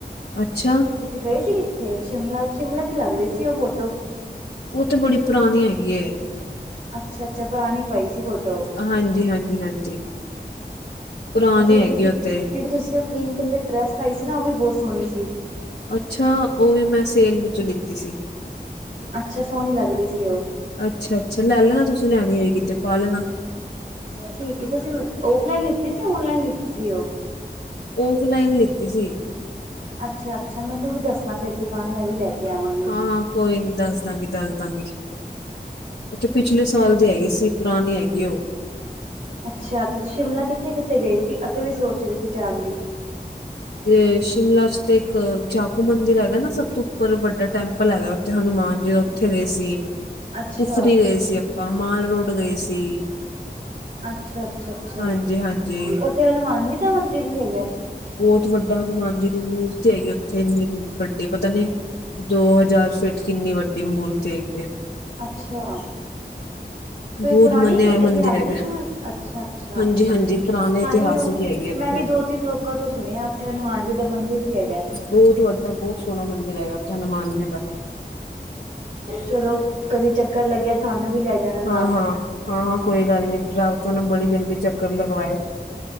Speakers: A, on the left; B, on the right.
A: ਅੱਛਾ।
B: ਤੁਸੀ ਗਏ ਸੀ ਕਿੱਥੇ? ਸ਼ਿਮਲਾ-ਸ਼ਿਮਲਾ ਦੀ ਲਾੱਗ ਰੀ ਸੀ ਓ ਫੋਟੋ।
A: ਓ ਤੇ ਬੜੀ ਪਰਾਨੀ ਹੈਗੀ ਏ।
B: ਅੱਛਾ-ਅੱਛਾ, ਪਰਾਨੀ ਪਈ ਸੀ ਫੋਟੋ।
A: ਹਾਂਜੀ-ਹਾਂਜੀ, ਹਾਂਜੀ। ਪੁਰਾਣੀ
B: ਆ ਜੇੜੀ
A: ਹੈਗੀ
B: ਤੁਸੀਂ,
A: ਉਹ ਤੇ
B: ਜੇੜੀ ਤੁਸੀਂ ਓ ਕ੍ਰੀਮ ਕੱਲਰ ਦੀ ਡ੍ਰੈਸ ਪਾਈ ਸੀ ਨਾ ਓ ਵੀ ਬੋਤ ਸੋਣੀ ਸੀ।
A: ਅੱਛਾ, ਓ ਵੀ ਮੈਂ ਸੇਲ ਵਿੱਚੋਂ ਲਿੱਤੀ ਸੀ।
B: ਅੱਛਾ, ਸੋਣੀ ਲਾੱਗਰੀ ਸੀ ਓ।
A: ਅੱਛਾ-ਅੱਛਾ, ਲੈ ਲੈਣਾ ਤੁਸੀਂ ਲੈਨੀ ਹੋਏਗੀ ਤੇ ਪਾ ਲੈਣਾ।
B: ਠੀਕ ਏ, ਤੁਸੀ ਅ ਓਫਲਾਈਨ ਲਿੱਤੀ ਸੀ ਓਨਲਾਈਨ ਲਿੱਤੀ ਸੀ ਓ?
A: ਓਫਲਾਈਨ ਲਿੱਤੀ ਸੀ।
B: ਅੱਛਾ-ਅੱਛਾ, ਮੈਨੂੰ ਵੀ ਦੱਸਨਾ ਫੇਰ ਦੁਕਾਨ ਮੈਂ ਵੀ ਲੈ ਕੇ ਆਵਾਂਗੀ।
A: ਹਾਂ-ਹਾਂ, ਕੋਈ ਨੀ ਦੱਸ ਦਾਂਗੀ, ਦੱਸ ਦਾਂਗੀ। ਓਤੇ ਪਿਛਲੇ ਸਾਲ ਦੀ ਹੈਗੀ ਸੀ ਪਰਾਨੀ ਹੈਗੀ ਓ।
B: ਅੱਛਾ, ਸ਼ਿਮਲਾ ਕਿੱਥੇ-ਕਿੱਥੇ ਗਏ ਸੀ? ਅਸੀਂ ਵੀ ਸੋਚ ਰੇ ਸੀ ਜਾਨ ਦੀ।
A: ਤੇ, ਸ਼ਿਮਲਾ ਚ ਤੇ ਇੱਕ ਚਾਕੂ ਮੰਦਿਰ ਹੈਗਾ ਨਾ ਸਬ ਤੋਂ ਉੱਪਰ ਵੱਡਾ ਟੈਂਪਲ ਹੈਗਾ ਓਥੇ ਹਨੂੰਮਾਨ ਜੀ ਦਾ ਓਥੇ ਗਏ ਸੀ,
B: ਅੱਛਾ
A: ਕੁਫਰੀ ਗਏ ਸੀ ਆਪਾਂ ਮਾਲ ਰੋੜ ਗਏ ਸੀ।
B: ਅੱਛਾ-ਅੱਛਾ, ਅੱਛਾ
A: ਹਾਂਜੀ, ਹਾਂਜੀ।
B: ਓਥੇ ਹਨੂੰਮਾਨ ਜੀ ਦਾ ਮੰਦਿਰ ਵੀ ਹੈਗੈ?
A: ਬੋਤ ਵੱਡਾ ਹਨੂੰਮਾਨ ਜੀ ਦੀ ਮੂਰਤੀ ਹੈਗੀ ਓਥੇ ਇੰਨੀਂ ਵੱਡੀ ਪਤਾ ਨੀ ਦੋ ਹਜਾਰ ਸ ਫ਼ੀਟ ਕਿੰਨੀ ਵੱਡੀ ਮੂਰਤੀ ਹੈਗੀ ਏ।
B: ਅੱਛਾ। ਕੋਈ
A: ਬਹੁਤ
B: ਪੁਰਾਨੀ
A: ਮੰਨਿਆ ਹੋਇਆ
B: ਇਤਿਹਾਸਿਕ
A: ਮੰਦਿਰ ਹੈਗਾ
B: ਮ ਅੱਛਾ-ਅੱਛਾ।
A: ਹਾਂਜੀ ਹਾਂਜੀ ਪੁਰਾਣੇ
B: ਤਾਂਈ
A: ਇਤਿਹਾਸਿਕ
B: ਓ,
A: ਹੈਗੀ ਉੱਥੇ
B: ਮੈਂ ਵੀ ਦੋ-ਤਿੰਨ ਲੋਕਾਂ ਤੋਂ ਸੁਨੇਆ ਓਥੇ ਹਨੂੰਮਾਨ ਜੀ ਦਾ ਮੰਦਿਰ ਵੀ ਹੈਗੈ।
A: ਬੋਤ ਵੱਡਾ ਬੋਤ ਸੋਣਾ ਮੰਦਿਰ ਹੈਗਾ ਓੱਥੇ ਹਨੂੰਮਾਨ ਜੀ ਦਾ।
B: ਚਲੋ ਕਦੇ ਚੱਕਰ ਲੱਗੇਆ ਸਾਨੂੰ ਵੀ ਲੈ ਜਾਣਾ ਨਾਲ
A: ਹਾਂ-ਹਾਂ, ਹਾਂ-ਹਾਂ ਕੋਈ ਗਾੱਲ ਨੀ ਰਾੱਬ ਥੋਨੂੰ ਬੜੀ ਜਲਦੀ ਚੱਕਰ ਲਗਵਾਏ।